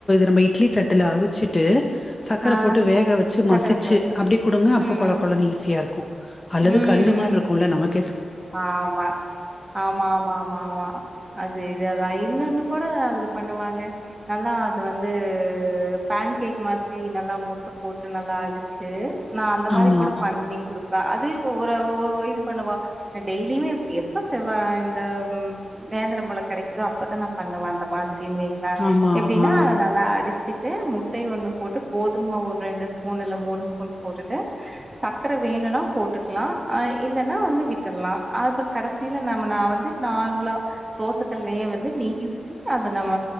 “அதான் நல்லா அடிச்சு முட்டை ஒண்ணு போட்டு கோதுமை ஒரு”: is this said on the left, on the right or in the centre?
Right